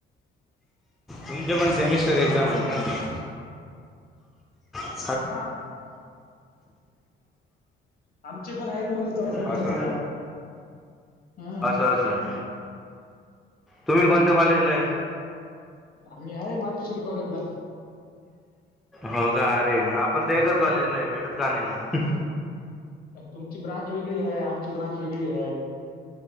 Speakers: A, in the centre; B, on the left.
A: तुमच्या पण सेमिस्टर एक्झाम
B: हॅलो
A: आहे का <inaudible>
B: <unintelligible> आमचे पण आहेत म्हणल सेमस्टर
A: असं
B: एक्झाम हम
A: असं असं तुम्ही कोणत्या कॉलेजला हाय
B: आम्ही आहे मातोश्री कॉलेजला
A: हो का अरे मग आपण तर एकच कॉलेजला आहे भेटत का नाही मग
B: तुमची ब्रांच वेगळी हाय आमची ब्रांच वेगळी हाय